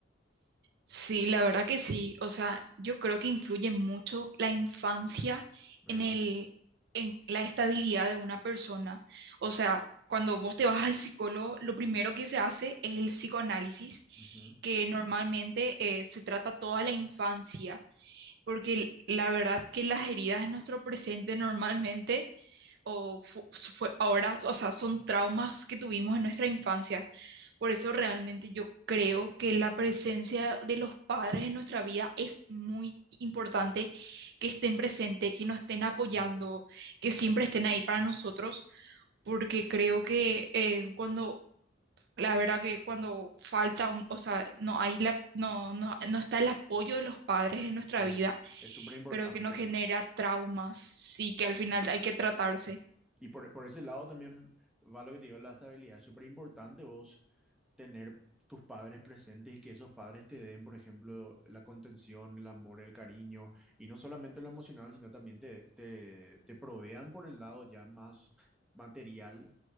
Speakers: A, on the right; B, in the centre.
A: sí, la verdad que sí. O sea, yo creo que influye mucho la infancia
B: ¿Verdad?
A: en el, en la estabilidad de una persona. O sea, cuando vos te vas al psicólogo, lo primero que se hace es el psicoanálisis,
B: Ujú.
A: que normalmente eh, se trata toda la infancia, porque l- la verdad que las heridas de nuestro presente normalmente o fu- fue ahora, o sea, son traumas que tuvimos en nuestra infancia. Por eso realmente yo creo que la presencia de los padres en nuestra vida es muy importante, que estén presentes, que nos estén apoyando,
B: Mm.
A: que siempre estén ahí para nosotros, porque creo que eh, cuando, la verdad que cuando falta, un- o sea, no hay la, no, no, no está el apoyo de los padres en nuestra
B: Sí,
A: vida,
B: es súper importante.
A: creo que nos genera traumas, sí, que al final hay que tratarse.
B: Y por, por ese lado también va lo que te digo, la estabilidad. Es súper importante vos tener tus padres presentes y que esos padres te den, por ejemplo, la contención, el amor, el cariño, y no solamente lo emocional, sino también te, te, te provean por el lado ya más material